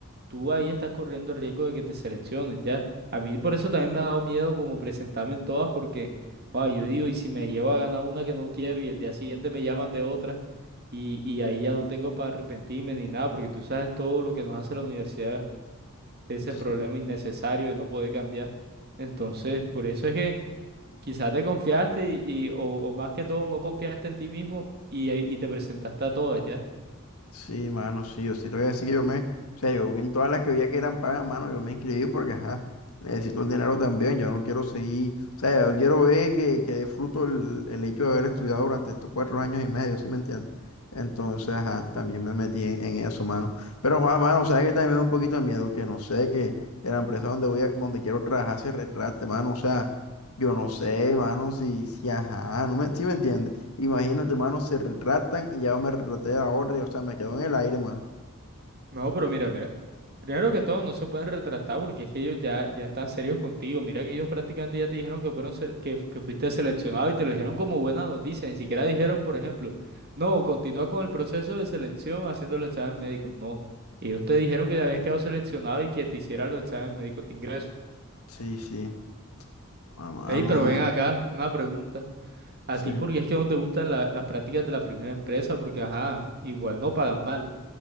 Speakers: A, on the right (about 45°); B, on the left (about 75°).
A: tú ahí estás corriendo el riesgo de que te seleccionen, ¿ya? A mí por eso también me ha dado miedo como presentarme en todas, porque, wow, yo digo, y si me llevo a ganar una que no quiero y el día siguiente me llaman de otra, y, y ahí ya no tengo para arrepentirme ni nada, porque tú sabes todo lo que nos hace la universidad, ese
B: Sí,
A: problema innecesario de no poder cambiar. Entonces, por eso es que... Quizá te confiaste y, y- o, o más que todo no confiaste en ti mismo y, eh, y te presentaste a todas ya.
B: Sí, mano, sí, yo sí te voy a decir que yo me, o sea, yo en todas las que veía que eran pagas, mano, yo me inscribí porque, ajá, necesito el dinero también, yo no quiero seguir, o sea, yo quiero ver que, que dé fruto el, el hecho de haber estudiado durante estos cuatro años y medio, ¿sí me entiendes? Entonces, ajá, también me metí en, en eso, mano. Pero, Juan, mano, sabes que también me da un poquito de miedo, que no sé, que la empresa donde voy a, donde quiero trabajar se retrate, mano, o sea, yo no sé, mano, si, si, ajá, no me, ¿sí me entiendes? Imagínate, mano, se retratan y ya me retraté a la otra y, o sea, me quedo en el aire, mano.
A: No, pero mira, mira. Primero que todo, no se pueden retratar porque es que ellos ya, ya están serios contigo. Mira que ellos prácticamente ya te dijeron que fueron sele- que, que fuiste seleccionado y te lo dijeron como buena noticia. Ni siquiera dijeron, por ejemplo, no, continúa con el proceso de selección haciendo los exámenes médicos. No. Ellos te dijeron que ya habías quedado seleccionado y que te hicieran los exámenes médicos de ingreso.
B: Sí, sí, ah, mano,
A: Ey, pero ven acá, una pregunta. A
B: sí.
A: ti porque es que no te gustan la- las prácticas de la primera empresa, porque ajá, igual no pagan mal.